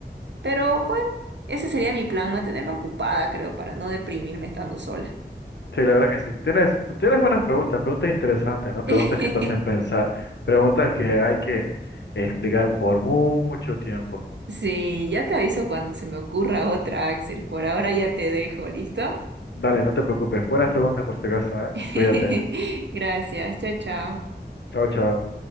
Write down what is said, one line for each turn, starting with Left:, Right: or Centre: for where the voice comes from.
Right: Pero bueno, ese sería mi plan, mantenerme ocupada, creo, para no deprimirme estando sola.
Left: Sí, la verdad que sí. Tienes, tienes buenas preguntas, preguntas interesantes, ¿no? Preguntas
Right: <laughs>
Left: que te hacen pensar, preguntas que hay que explicar por mucho tiempo.
Right: Sí, ya te aviso cuando se me ocurra otra, Axel. Por ahora ya te dejo, ¿listo?
Left: Dale, no te preocupes. Buenas preguntas por si acaso, ¿eh?
Right: <laughs>
Left: Cuídate.
Right: Gracias, chao, chao.
Left: Chao, chao.